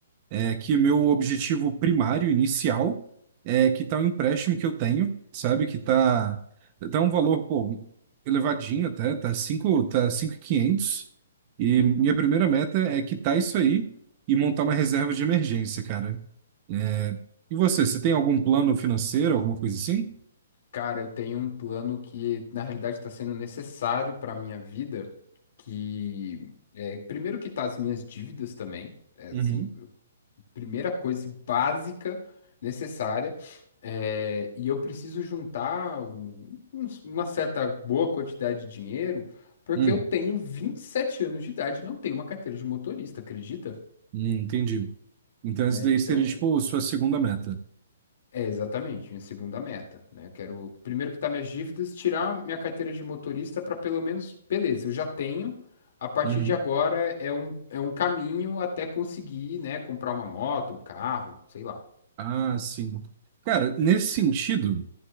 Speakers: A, on the right; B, on the left.
A: é, que meu objetivo primário, inicial, é quitar o empréstimo que eu tenho, sabe? Que tá, tá um valor, pô, elevadinho até, tá 5, tá 5.500. E
B: uhum.
A: quinhentos. E minha primeira meta é quitar isso aí e montar uma reserva de emergência, cara. É, E você, você tem algum plano financeiro, alguma coisa assim?
B: Cara, eu tenho um plano que na realidade está sendo necessário para minha vida, que é, primeiro quitar as minhas dívidas também, é, assim,
A: Uhum.
B: primeira coisa assim, básica necessária. é, e eu preciso juntar um- um- uma certa boa quantidade de dinheiro, porque
A: Hum,
B: eu tenho 27 anos de idade e não tenho uma carteira de motorista, acredita?
A: hum, entendi. Então,
B: Né?
A: isso daí
B: Então,
A: seria, tipo, sua segunda meta.
B: é exatamente minha segunda meta, né? Eu quero, primeiro que tá minhas dívidas, tirar minha carteira de motorista para pelo menos, beleza, eu já tenho. A partir
A: Uhum.
B: de agora é um, é um caminho até conseguir, né, comprar uma moto, um carro, sei lá.
A: Ah, sim. Cara, nesse sentido,